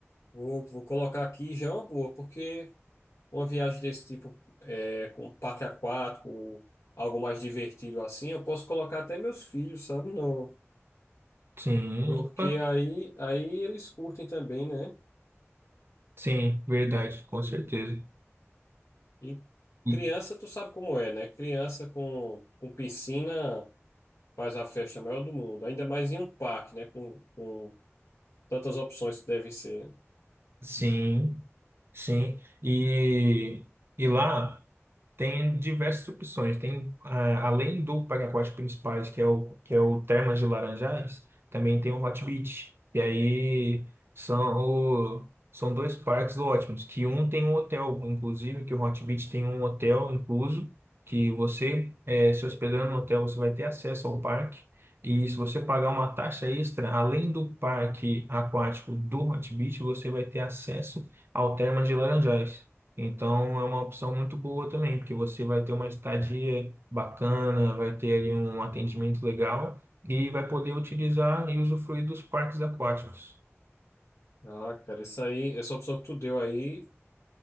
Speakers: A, on the left; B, on the right.
A: Vou, vou colocar aqui já é uma boa, porque uma viagem desse tipo é, com parque aquático, algo mais divertido assim, eu posso colocar até meus filhos, sabe? Não,
B: Sim,
A: porque
B: opa,
A: aí, aí eles curtem também, né?
B: sim, verdade, com certeza.
A: E
B: E-
A: criança, tu sabe como é, né? Criança com, com piscina faz a festa maior do mundo. Ainda mais em um parque, né? Com, com tantas opções que deve ser.
B: Sim, sim. E, e lá. Tem diversas opções. Tem, ah, além do parque aquático principais, que é o, que é o Termas de Laranjais, também tem o Hot Beach. E aí são, o- são dois parques ótimos, que um tem um hotel, inclusive, que o Hot Beach tem um hotel incluso, que você, eh, se hospedando no hotel, você vai ter acesso ao parque. E se você pagar uma taxa extra, além do parque aquático do Hot Beach, você vai ter acesso ao Termas de Laranjais. Então é uma opção muito boa também, porque você vai ter uma estadia bacana, vai ter ali um atendimento legal e vai poder utilizar e usufruir dos parques aquáticos.
A: né? Ah, cara, isso aí, essa opção que tu deu aí,